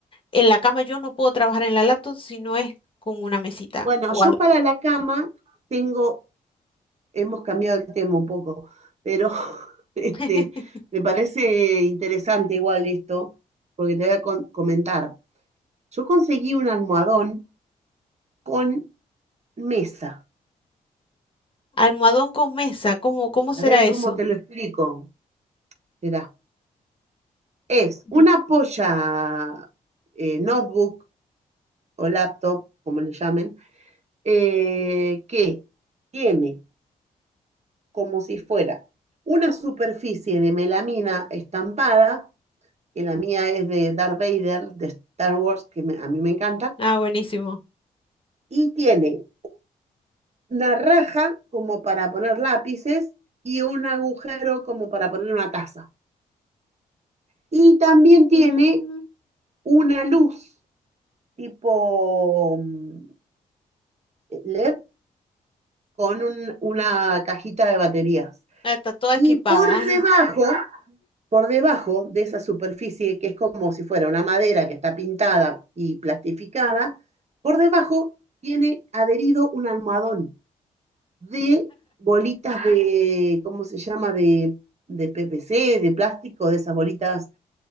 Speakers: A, on the left; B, on the right.
A: en la cama yo no puedo trabajar en la laptop si no es con una mesita
B: Bueno,
A: o
B: yo
A: algo.
B: para la cama tengo, hemos cambiado el tema un poco, pero <laughs> este,
A: <laughs>
B: me parece interesante igual esto, porque te voy a con- comentar. Yo conseguí un almohadón con mesa.
A: Almohadón con mesa, ¿cómo, cómo
B: A
A: será
B: ver
A: eso?
B: cómo te lo explico. Mirá, es una
A: Ujú.
B: polla eh, notebook o laptop, como le llamen, eh, que tiene como si fuera una superficie de melamina estampada, que la mía es de Darth Vader, de Star Wars, que me- a mí me encanta,
A: Ah, buenísimo.
B: y tiene una raja como para poner lápices y un agujero como para poner una taza. Y también tiene
A: Mm,
B: una luz tipo mm, LED con un- una cajita de baterías.
A: ah, está toda
B: Y
A: equipada.
B: por
A: <laughs>
B: debajo por debajo de esa superficie que es como si fuera una madera que está pintada y plastificada, por debajo tiene adherido un almohadón de bolitas de, ¿cómo se llama? De, de PPC, de plástico, de esas bolitas